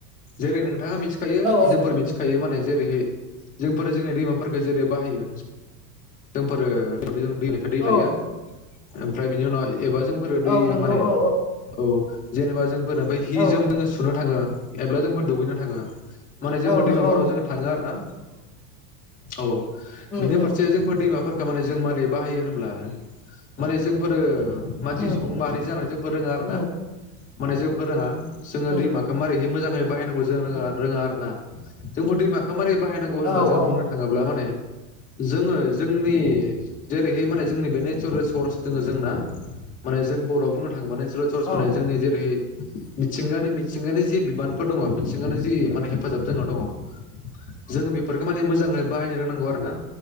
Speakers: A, on the left; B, in the centre.
A: जेरै नोंथाङा मिथिखायो
B: औ
A: जोंफोर मिथिखायो माने जेरैहाय जोंफोर जोंनि दैमाफोरफोरखौ जेरै बाहायो जोंफोरो <unintelligible> दै लायो
B: औ
A: ओमफ्राय बिनि उनाव एबा जोंफोरो दै
B: औ नंगौ
A: माने औ
B: औ
A: जेनेबा जोंफोर ओमफ्राय हि
B: औ
A: जोम जोङो सुनो थाङो एब्ला जोंफोर दुगैना थाङो माने जोंफोर
B: औ नंगौ
A: दैमाफोराव जों थाङो आरो ना औ
B: उ उ
A: <unintelligible> जोंफोर दैमाफोरखौ माने जों मारै बाहायो होनब्ला माने जोंफोरो मानसि
B: उम
A: सुबुं माहारि जानायजों फोरोङो आरो
B: उम
A: ना मोने फोरोङा जोङो
B: उम
A: दैमाखौ
B: उम
A: मारोरैहै मोजाङै बाहायनांगौ जों रोङा
B: उम
A: आरो ना जोंफोर दैमाखौ मारै बाहायनांगौ होनब्ला
B: औ
A: जोङो
B: औ
A: बुंनो थाङोब्ला माने जोङो जोंनि जेरैहाय माने जोंनि बे नेचारेल रिसर्स दोङो जोंना माने जों बर'आव बुंनो थाङोब
B: औ
A: <unintelligible> जोंनि जेरै मिथिंगानि मिथिंगानि जि बिबानफोर दङ मि सिंगानि जि माने हेफाजाब जोंनाव दङ जोङो बेफोरखौ माने मोजां <unintelligible> बाहायनो रोंनांगौ आरोना